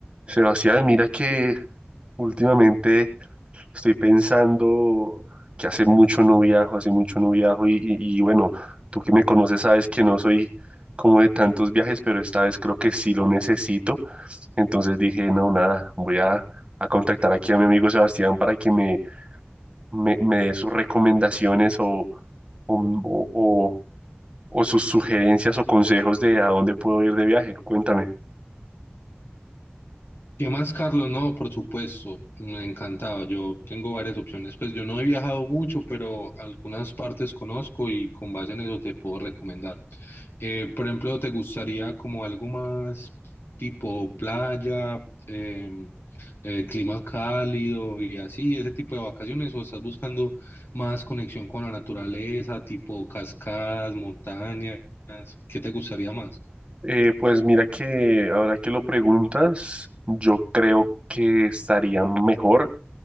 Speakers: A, on the right (about 30°); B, on the left (about 70°).
A: Sebastián, mira que últimamente estoy pensando que hace mucho no viajo, hace mucho no viajo y, y- y bueno, tú que me conoces sabes que no soy como de tantos viajes, pero esta vez creo que sí lo necesito. Entonces dije, no, nada, voy a, a contactar aquí a mi amigo Sebastián para que me, me, me dé sus recomendaciones o, o, o o- o sus sugerencias o consejos de a dónde puedo ir de viaje. Cuéntame.
B: ¿Qué más, Carlos? No, por supuesto, me ha encantado. Yo tengo varias opciones. Pues yo no he viajado mucho, pero algunas partes conozco y con base en eso te puedo recomendar. Eh, por ejemplo, ¿te gustaría como algo más tipo playa, eh, eh, clima cálido y así, ese tipo de vacaciones? ¿O estás buscando más conexión con la naturaleza, tipo cascadas, montañas? ¿Qué te gustaría más?
A: Eh, pues mira que ahora que lo preguntas, yo creo que estaría mejor